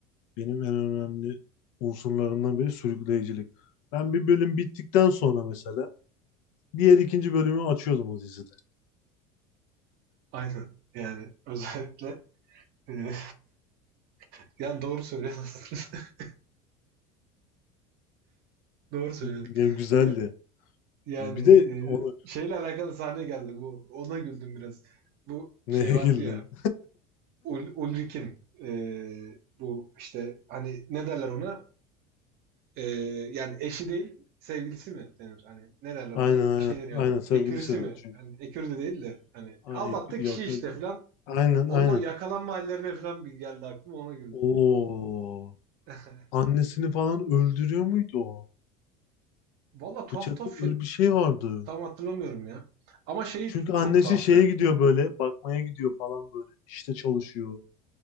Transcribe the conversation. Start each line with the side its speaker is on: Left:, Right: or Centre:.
Left: Benim en önemli unsurlarından biri sürükleyicilik. Ben bir bölüm bittikten sonra mesela diğer ikinci bölümü açıyordum o dizide.
Right: aynen yani özellikle ee, <laughs> yani doğru söylüyorsun. <laughs> doğru söylüyorsun.
Left: Yani güzeldi.
Right: Ya Yani,
Left: Bir de
Right: eee,
Left: onu
Right: şeyle alakalı sahne geldi bu. Ona güldüm biraz. Bu
Left: <laughs> Neye
Right: şey vardı
Left: güldün?
Right: ya Ul Ulrik'in eee, bu işte hani ne derler ona? Eee, yani eşi değil sevgilisi mi denir? Hani ne derler
Left: Aynen
Right: ona?
Left: aynen.
Right: Bir şey deniyordu.
Left: Aynen sevgilisi
Right: Ekürüsü
Left: de
Right: mi?
Left: çünkü.
Right: Hani ekürü de değil de hani
Left: Ay,
Right: aldattı
Left: e,
Right: kişi
Left: yok,
Right: işte
Left: yok.
Right: filan.
Left: Aynen
Right: Onun
Left: aynen.
Right: o yakalanma hallerine falan bir geldi aklıma ona güldüm.
Left: Oo.
Right: <laughs>
Left: Annesini falan öldürüyor muydu o?
Right: Valla tuhaf
Left: Bıçaklı
Right: tuhaf şey
Left: öyle bir şey vardı.
Right: tam hatırlamıyorum ya. Ama şeyi
Left: Çünkü annesi
Right: çok tuhaftı.
Left: şeye gidiyor böyle bakmaya gidiyor falan böyle. İşte çalışıyor.